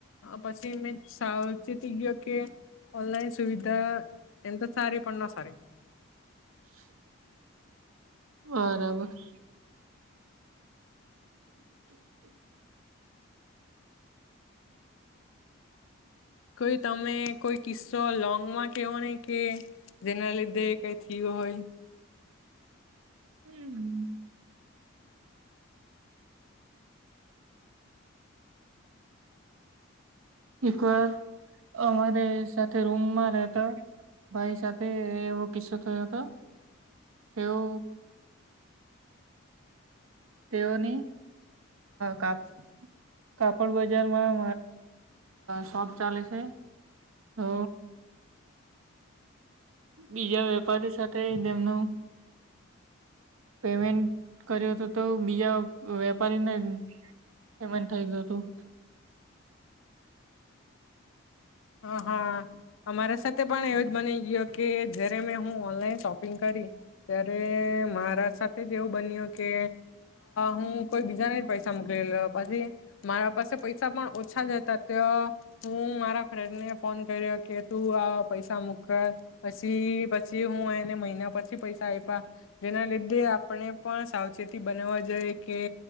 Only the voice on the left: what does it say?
પછી મેં સાવચીતી ગયો કે ઓનલાઈન સુવિધા એ તો સારી પના સારી
કોઈ તમે કોઈ કિસ્સો લોંગ માં કેહોને કે જેના લીધે કઈ થય હોય.
હ હા મારા સાથે પણ એવું જ બની ગયો કે જયારે મેં હું ઓનલાઈન શોપિંગ કરી ત્યારે મારા સાથે જ એવું બન્યું કે હું કોઈ બીજાને જ પૈસા મોકલી પછી મારા પાસે પૈસા પણ ઓછા જ હતા તો હું મારા ફ્રેન્ડને ફોન કર્યો કે તું આ પૈસા મુૂક પછી પછી હું એને મહિના પછી પૈસા આવ આપ જેના લીધે આપણે પણ સાવચેતી બનાવવા જોઈએ કે